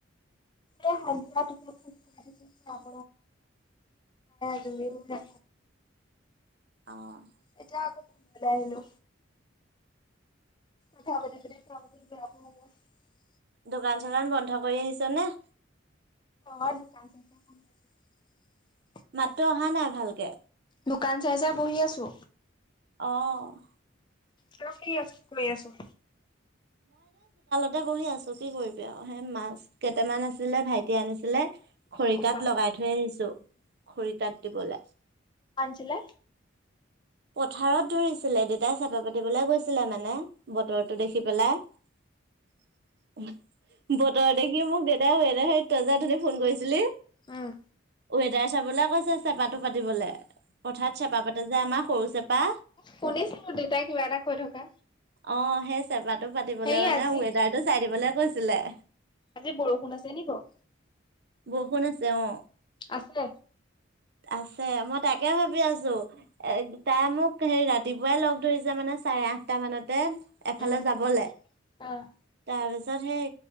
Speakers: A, on the left (about 20°); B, on the right (about 50°).
A: এ হালধীয়া <unintelligible> বঢ়িয়া।
B: অ'।
A: এতিয়া আকৌ বাহিৰলৈ আহিলো। কথা পাতি পাতি <unintelligible>
B: দোকান চোকান বন্ধ কৰি আহিছ নে?
A: অ', দোকান <unintelligible>
B: মাতটো অহা নাই ভালকে।
A: দোকান চাই চাই বহি আছো।
B: অ'।
A: তই কি <unintelligible> কৰি আছ?
B: তাতে বহি আছো কি কৰিবি আৰু। হেই মাছ কেইটামান আছিলে ভাইটি আনিছিলে। খৰিকাত
A: ক'পা
B: লগাই থৈ আনিছো খৰিকাত দিবলৈ।
A: ছিলে।
B: পথাৰত ধৰিছিলে দেউতাই চেপা পাতিবলৈ গৈছিলে মানে। বতৰটো দেখি পেলাই। বতৰ দেখি মোক দে তেওঁ সেই সেইটোৱে যে তই যে উঠনি ফোন কৰিছিলি।
A: উম,
B: ৱেদাৰ চাবলে কৈছে, চেপাটো পাতিবলৈ পথাৰত চেপা পাতে যে আমাৰ। সৰু চেপা
A: শুনিছো দেউতাই কিবা এটা কৈ থকা।
B: অ' সেই চেপাটো পাতিবলে
A: হেৰি
B: মানে
A: আজি
B: ৱেডাৰটো চাই দিবলৈ কৈছিলে।
A: আজি বৰষুণ আছে নি বাৰু?
B: বৰষুণ আছে অ'।
A: আছে?
B: আছে। মই তাকে ভাবি আছো। এ তাই মোক হেৰি ৰাতিপুৱাই লগ ধৰিছে মানে চাৰে আঠটা মানতে। এফালে
A: উম।
B: যাবলে।
A: অ',
B: তাৰপিছত সেই